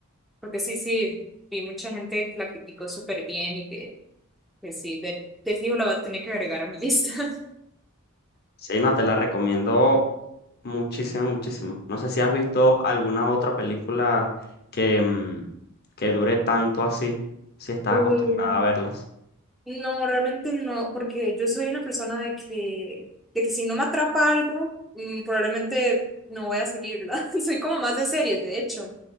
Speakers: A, in the centre; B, on the left.
A: porque sí, sí, vi mucha gente que la criticó súper bien y que Pues sí, de, de fijo la va a tener que agregar a mi lista. <laughs>
B: Sí, no, te la recomiendo muchísimo, muchísimo. No sé si has visto alguna otra película que, mm, que dure tanto así, si estás
A: uy,
B: acostumbrada a verlas.
A: no, realmente no, porque yo soy una persona de que, de que si no me atrapa algo, mm, probablemente no voy a seguirla. <laughs> Soy como más de series, de hecho,